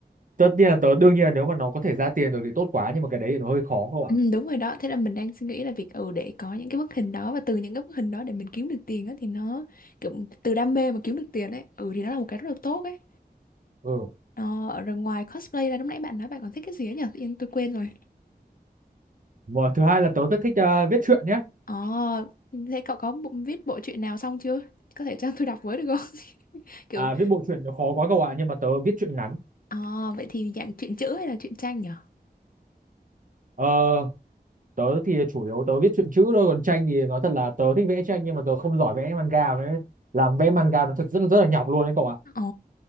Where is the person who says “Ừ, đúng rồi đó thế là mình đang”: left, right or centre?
Left